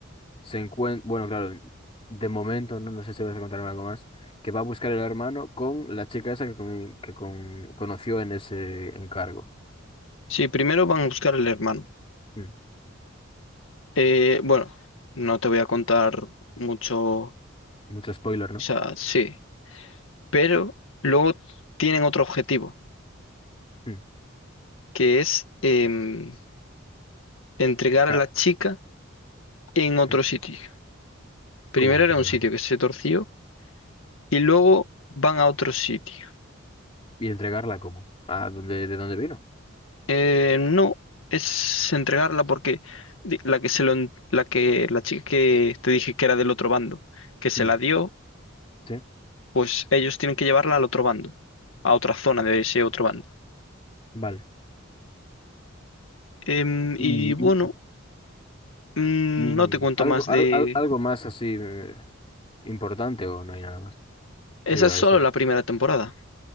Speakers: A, on the left; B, on the left.
A: se encuentra, bueno, claro, de momento, no, no sé si vas a contarme algo más, que va a buscar el hermano con la chica esa que, con- que con- conoció en ese encargo.
B: Sí, primero van a buscar al hermano.
A: Mm,
B: Eh, bueno, no te voy a contar mucho, o
A: Mucho spoiler, ¿no?
B: sea, sí, pero luego tienen otro objetivo,
A: Mm,
B: que es em, entregar
A: ca-
B: a la chica en otro
A: eh,
B: sitio. Primero
A: ¿Cómo entregarla?
B: era un sitio que se torció y luego van a otro sitio.
A: ¿Y entregarla cómo? ¿A dónde, de dónde vino?
B: Eh, no, es entregarla porque di- la que se lo, en- la que la chica que te dije que era del otro bando, que se
A: Mm,
B: la dio,
A: Sí,
B: pues ellos tienen que llevarla al otro bando, a otra zona de ese otro bando.
A: vale.
B: Em,
A: Y,
B: y bueno,
A: y-
B: mm,
A: y
B: no te cuento
A: algo,
B: más de...
A: al- al- algo más así eh, importante o no hay nada más.
B: Esa
A: Digo,
B: es
A: la
B: solo
A: historia.
B: la primera temporada,